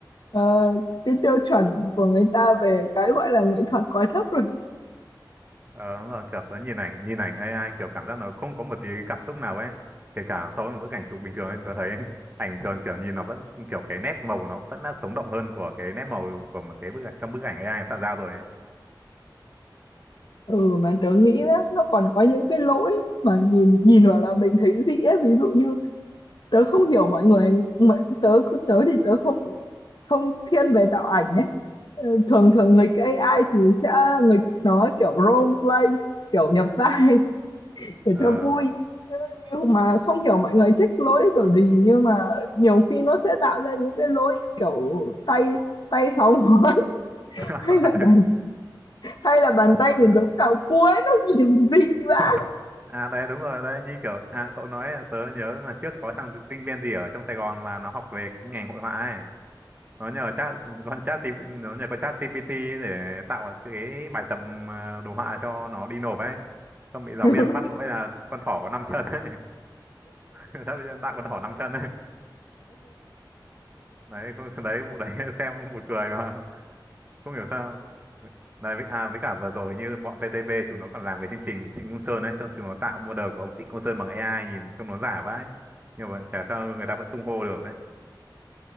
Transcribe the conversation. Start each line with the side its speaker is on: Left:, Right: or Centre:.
Left: ờ, cái tiêu chuẩn của người ta về cái gọi là nghệ thuật quá thấp rồi
Right: ờ, đúng rồi kiểu tớ nhìn ảnh nhìn ảnh AI kiểu cảm giác nó không có một tí cái cảm xúc nào ấy kể cả so với một bức ảnh chụp bình thường ấy tớ thấy <laughs> ảnh bình thường kiểu nhìn nó vẫn kiểu cái nét màu của nó vẫn đã sống động hơn của cái nét màu của một cái bức ảnh trong bức ảnh AI tạo ra rồi ấy
Left: ừ mà tớ nghĩ đó, nó còn có những cái lỗi mà nhìn nhìn vào là mình thấy dĩ ấy. ví dụ như tớ không hiểu mọi người mọi, tớ tớ thì tớ không không thiên về tạo ảnh ấy Ờ, thường thường nghịch AI thì sẽ nghịch nó kiểu role play kiểu nhập vai để
Right: ờ
Left: cho vui nhưng mà không hiểu mọi người thích lỗi kiểu gì nhưng mà nhiều khi nó sẽ tạo ra những cái lỗi như kiểu tay tay sáu ngón <laughs>
Right: <laughs>
Left: hay là bàn hay là bàn
Right: à,
Left: tay nhìn
Right: ờ.
Left: giống cào cuối nó nhìn dị mà.
Right: <laughs> à đấy đúng rồi đấy như kiểu à cậu nói tớ nhớ là trước có thằng sinh viên gì ở trong Sài Gòn mà nó học về cái ngành hội họa ấy nó nhờ chat con chat G- nó nhờ con chat GPT để tạo cái bài tập ờ, đồ họa cho nó đi nộp ấy xong bị giáo
Left: <laughs>
Right: viên bắt lỗi là con thỏ có năm chân ấy <laughs> giáo viên tạo con thỏ năm chân ấy đấy không- đấy vụ đấy <laughs> xem cũng buồn cười mà không hiểu sao đấy với, à với cả vừa rồi như bọn VTV chúng nó còn làm cái chương trình Trịnh Công Sơn ấy xong chúng nó tạo model của ông Trịnh Công Sơn bằng AI nhìn trông nó giả vãi nhưng mà chả sao người ta vẫn tung hô được ấy.